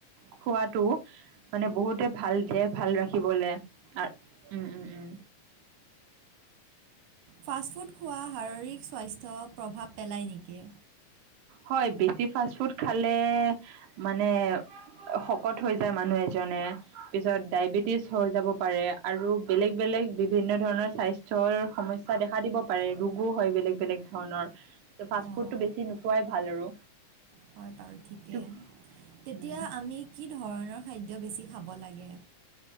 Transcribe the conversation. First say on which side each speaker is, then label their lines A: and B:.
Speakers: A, on the right (about 70°); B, on the right (about 85°).
A: খোৱাটো মানে বহুতে ভাল দিয়ে ভাল ৰাখিব নোৱাৰে। উম উম উম।
B: ফাষ্ট ফুড, খোৱা শাৰীৰিক স্বাস্থ্য প্ৰভাৱ পেলায় নেকি?
A: হয়, বেছি ফাষ্ট ফুড খালে মানে, শকত হৈ যায় মানুহ এজনে, পিছত ডায়েবেটিছ হৈ যাব পাৰে, আৰু বেলেগ বেলেগ, বিভিন্ন ধৰণৰ স্বাস্থ্যৰ সমস্যা দেখা দিব পাৰে, ৰোগো হয় বেলেগ বেলেগ ধৰণৰ। ফাষ্ট
B: অঁ
A: ফুডটো বেছি নোখোৱাই ভাল আৰু।
B: হয় বাৰু ঠিকেই।
A: ত'
B: তেতিয়া
A: উম,
B: আমি কি ধৰণৰ খাদ্য বেছি খাব লাগে?